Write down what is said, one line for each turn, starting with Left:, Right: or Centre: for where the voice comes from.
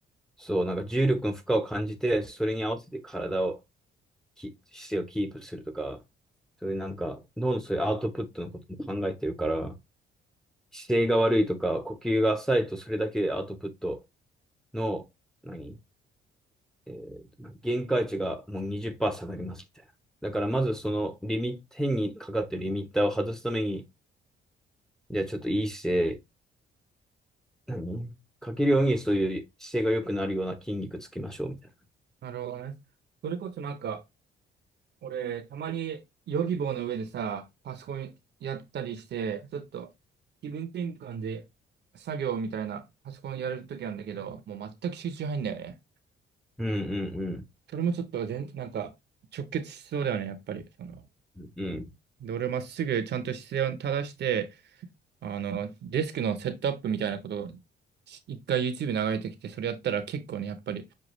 Centre: そう、なんか重力の負荷を感じて、それに合わせて体をき、姿勢をキープするとか、そういうなんか、脳のそういうアウトプットのことも考えてるから、姿勢が悪いとか、呼吸が浅いと、それだけでアウトプットの、何えー限界値がもう20%下がりますみたいな。だからまずそのリミット、変にかかってるリミッターを外すために、じゃあちょっといい姿勢何かけるようにそういう姿勢が良くなるような筋肉つきましょうみたいな。
Right: なるほどね。それこそなんか、俺、たまにヨギボーの上でさ、パソコンやったりして、ちょっと気分転換で作業みたいなパソコンやるときなんだけど、もう全く集中入んないよね。
Centre: うんうん
Right: それもちょっと全、なんか直結しそうだよね、やっぱり。その、
Centre: うん。うん。
Right: で、俺まっすぐちゃんと姿勢を正して、あの、デスクのセットアップみたいなことを一回 YouTube 流れてきて、それやったら結構ね、やっぱり